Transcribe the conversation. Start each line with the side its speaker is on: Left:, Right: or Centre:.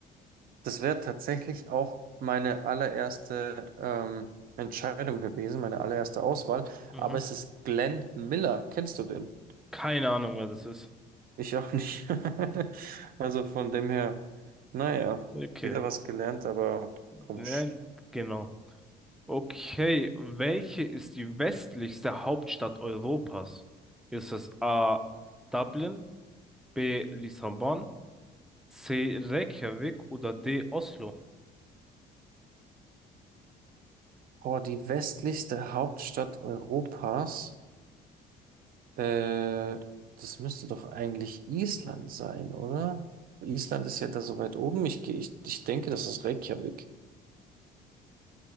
Right: Das wäre tatsächlich auch meine allererste ähm, Entscheidung gewesen, meine allererste Auswahl.
Centre: Mhm.
Right: Aber es ist Glenn Miller. Kennst du den?
Centre: Keine Ahnung, wer das ist.
Right: Ich auch nicht. <laughs> Also von dem her, naja,
Centre: Okay.
Right: wieder was gelernt, aber komisch.
Centre: Ja, genau. Okay, welche ist die westlichste Hauptstadt Europas? Ist es A. Dublin, B. Lissabon, C. Reykjavik oder D. Oslo?
Right: Oh, die westlichste Hauptstadt Europas. Äh, das müsste doch eigentlich Island sein, oder? Island ist ja da so weit oben. Ich, geh- ich, ich denke, das ist Reykjavik.